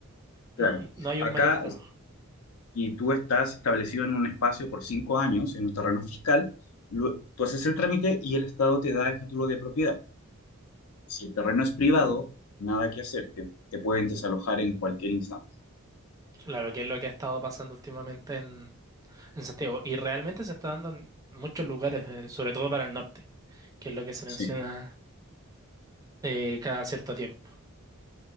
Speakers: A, on the right (about 15°); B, on the left (about 75°).
A: no,
B: Claro,
A: no hay
B: acá
A: un mayor trabajo.
B: es- y tú estás establecido en un espacio por cinco años en un terreno fiscal, lo- tú haces el trámite y el Estado te da el título de propiedad. Si el terreno es privado, nada que hacer, te, te pueden desalojar en cualquier instante.
A: Claro que es lo que ha estado pasando últimamente en, en Santiago. Y realmente se está dando en muchos lugares, eh, sobre todo para el norte, que es lo que se
B: Sí.
A: menciona eh, cada cierto tiempo.